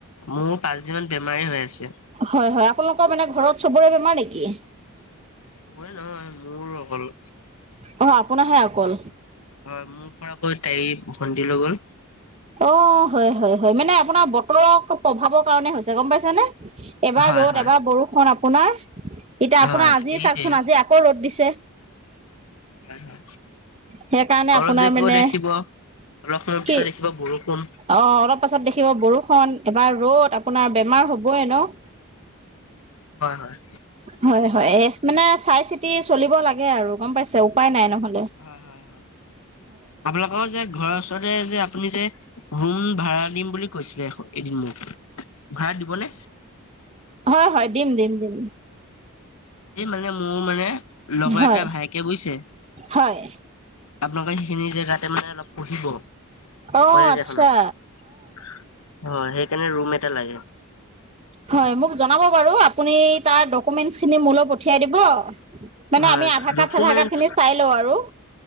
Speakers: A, on the left; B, on the right.
A: মোৰ পাঁচদিনমান বেমাৰে হৈ আছে।
B: হয়- হয় আপোনালোকৰ মানে ঘৰত চবৰে বেমাৰ নেকি?
A: চবৰে নহয় মোৰ অকল।
B: অহ, আপোনাহে অকল?
A: হয় মোৰ পৰা আক তাই ভণ্টি লৈ গ'ল।
B: অ, হয় -হয় -হয় মানে আপোনাৰ বতৰৰ প্ৰভাৱৰ কাৰণে হৈছে গম পাইছ নে? এবাৰ
A: হয়
B: ৰ'দ,
A: হয়
B: এবাৰ বৰষুণ আপোনাৰ এতিয়া আপোনাৰ
A: হয়
B: আজিয়ে
A: এইটোৱে
B: চাওকচোন আজি আকৌ ৰ'দ দিছে।
A: নাই হোৱা।
B: সেইকাৰণে
A: অলপ
B: আপোনাৰ
A: দেৰি
B: মানে
A: কৈ দেখিব অলপ সময়ৰ
B: কি
A: পিছত দেখিব বৰষুণ।
B: অ, অলপ পাছত দেখিব বৰষুণ এবাৰ ৰ'দ আপোনাৰ বেমাৰ হ'বই ন'।
A: হয় -হয়
B: হয় -হয় এচ মানে চাই চিতি চলিব লাগে আৰু গম পাইছে উপায় নাই নহল
A: হয়- হয়- হয় আপ <unintelligible> অ, যে ঘৰৰ ওচৰতে যে আপুনি যে ৰুম ভাড়া দিম বুলি কৈছিলে এদিন মোক। ভাড়া দিবনে?
B: হয়-হয় দিম -দিম-দিম।
A: এ মানে মোৰ মানে লগৰ
B: হয়
A: এটা ভাইকে বুইছে আপোনালোকৰ
B: হয়
A: সেইখিনি জেগাতে মানে অলপ পঢ়িব
B: অ
A: কলেজ
B: আচ্ছা
A: এখনত হয় সেইকাৰণে ৰুম এটা লাগে।
B: হয় মোক জনাব বাৰু আপুনি তাৰ ডকুমেন্টেচ খিনি মোলৈ পঠিয়াই দিব মানে
A: হয়
B: আমি আধাৰ
A: ডকুমেন্টচ
B: কাৰ্ড -চাধাৰ কাৰ্ড খিনি চাই লওঁ আৰু।